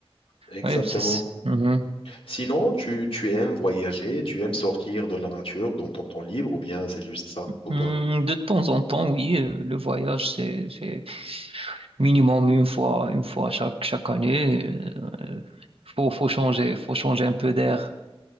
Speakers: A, on the left (about 65°); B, on the right (about 65°).
A: Exactement.
B: Ouais, c'est, c'est- mhm.
A: Sinon, tu, tu aimes voyager, tu aimes sortir de la nature dans ton temps libre, ou bien c'est juste ça pour
B: Hmm,
A: toi?
B: de temps en temps, oui, euh, le voyage, c'est, c'est minimum une fois, une fois chaque, chaque année. euh, euh, faut, faut changer, faut changer un peu d'air.